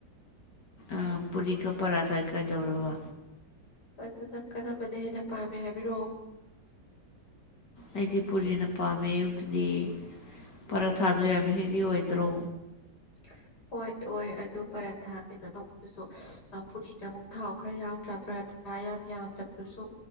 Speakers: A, on the left (about 90°); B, on the left (about 70°).
A: ꯑꯥ ꯄꯨꯔꯤꯒ ꯄꯔꯥꯊꯥ ꯀꯩꯗꯧꯔꯕ
B: ꯑꯗꯨ ꯅꯪ ꯀꯔꯝꯕꯅ ꯍꯦꯟꯅ ꯄꯥꯝꯃꯦ ꯍꯥꯏꯕꯤꯔꯛꯑꯣ
A: ꯑꯩꯗꯤ ꯄꯨꯔꯤꯅ ꯄꯥꯝꯃꯦ ꯑꯌꯨꯛꯇꯗꯤ ꯄꯔꯊꯥꯗꯣ ꯌꯥꯝ ꯍꯦꯕꯤ ꯑꯣꯏꯗ꯭ꯔꯣ
B: <inaudible> ꯑꯣꯏ ꯑꯣꯏ ꯑꯗꯨ ꯄꯔꯥꯊꯥ ꯀꯩꯅꯣ ꯇꯧꯕꯗꯨꯁꯨ ꯄꯨꯔꯤꯅ ꯑꯃꯨꯛ ꯊꯥꯎ ꯈꯔ ꯌꯥꯎꯗ꯭ꯔꯥ ꯄꯔꯥꯥ ꯑꯌꯥꯝ ꯌꯥꯝꯗꯕꯗꯨꯁꯨ